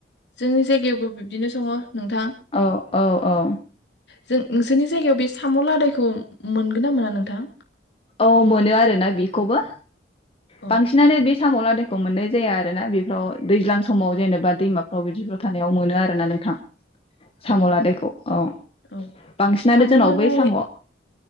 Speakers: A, on the left; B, on the left.
A: जोंनि जायगायावबो बिब्दिनो सङो नोंथां
B: औ औ औ
A: जों नोंसोरनि जायगायाव बे साम' आदायखौ मोनगोन ना मोना नोंथां
B: औ मोनो आरोना बेखौबो
A: औ
B: बांसिनानो बे सामलादाय मोननाय जाया आरोना बेफ्राव दैज्लां समाव जेनेबा दैमाफ्राव बिदिफ्राव थानायाव मोनो आरोना नोंथां साम'
A: औ
B: लादायखौ औ
A: औ
B: बांसिनानो
A: साम'
B: जोंनाव
A: लादाय
B: बै साम' अ